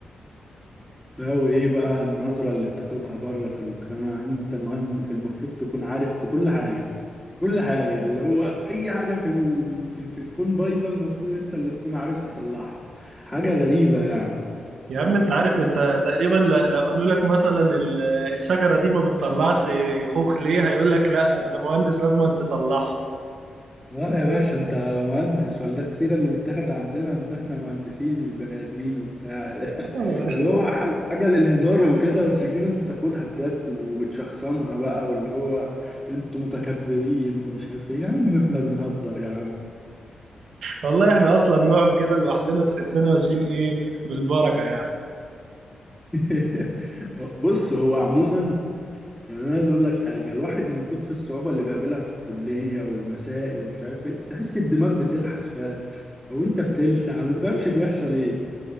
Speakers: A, in the centre; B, on the right.
A: لا وايه بقى النظرة اللي بتاخدها بره في المجتمع انت مهندس المفروض تكون عارف في كل حاجة في كل حاجة اللي هو اي حاجة في ال... في, في الكون بايظة المفروض انت اللي تكون عارف تصلحها حاجة غريبة يعني
B: يا عم انت عارف انت تقريبا ل- لو قالوا لك مثلا ال- الشجرة دي ما بتطلعش خوخ ليه هيقول لك لا انت مهندس لازم انت تصلحها
A: اه يا باشا انت مهندس ولا السيرة اللي متاخدة عندنا ان احنا مهندسين مش بني ادمين وبتاع <laughs>
B: <laughs>
A: اللي هو حاجة حاجة للهزار وكده بس في ناس بتاخدها بجد وبتشخصنها بقى واللي هو انتوا متكبرين ومش عارف ايه يا عم احنا بنهزر يا عم
B: والله احنا اصلا نوع كده لوحدنا تحسنا ماشيين ايه بالبركة يعني
A: <laughs> بص هو عموما يعني انا عايز اقول لك حاجه الواحد من كتر الصعوبه اللي بيقابلها في الكليه والمسائل ومش عارف ايه تحس الدماغ بتلحس فعلا او انت بتلسع ما تفهمش بيحصل ايه